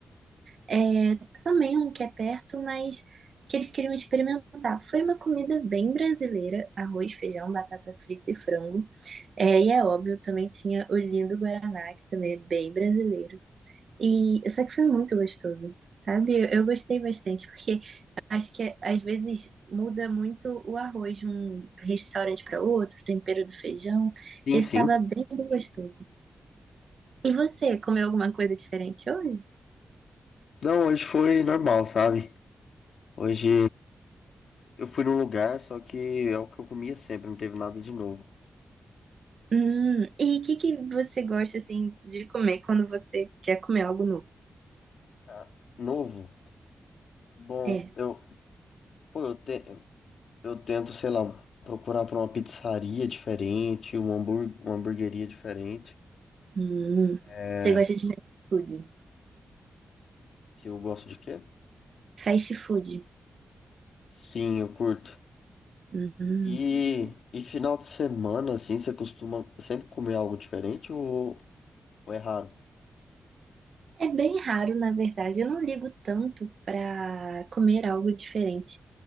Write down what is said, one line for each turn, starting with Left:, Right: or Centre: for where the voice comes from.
Right: é, também um que é perto, mas que eles queriam experimentar. Foi uma comida bem brasileira, arroz, feijão, batata frita e frango. É, e é óbvio, também tinha o lindo Guaraná, que também é bem brasileiro. E só que foi muito gostoso, sabe? Eu, eu gostei bastante, porque acho que às vezes muda muito o arroz de um restaurante para outro, o tempero do feijão.
Left: Sim,
Right: Esse
Left: sim.
Right: estava bem gostoso. E você, comeu alguma coisa diferente hoje?
Left: Não, hoje foi normal, sabe? Hoje eu fui num lugar, só que é o que eu comia sempre, não teve nada de novo.
Right: Hum, e o que que você gosta assim de comer quando você quer comer algo novo?
Left: Ah, novo? Bom,
Right: É.
Left: eu, pô, eu, te, eu tento, sei lá, procurar pra uma pizzaria diferente, uma, hambur, uma hamburgueria diferente.
Right: Hum,
Left: É,
Right: você gosta de fast food?
Left: Se eu gosto de quê?
Right: Fast food.
Left: Sim, eu curto.
Right: Hum.
Left: E, e final de semana, assim, você costuma sempre comer algo diferente ou, ou é raro?
Right: É bem raro, na verdade. Eu não ligo tanto para comer algo diferente.